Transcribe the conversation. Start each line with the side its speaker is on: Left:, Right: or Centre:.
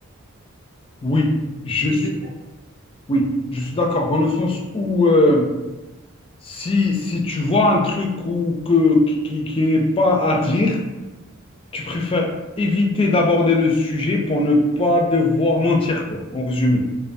Left: Oui, je
Right: Ce que
Left: suis.
Right: je vais faire,
Left: Oui, je suis d'accord dans le sens où euh, si si tu vois un truc ou que qui qui qui n'est pas à dire Tu préfères éviter d'aborder le sujet pour ne pas devoir mentir, quoi, en résumé.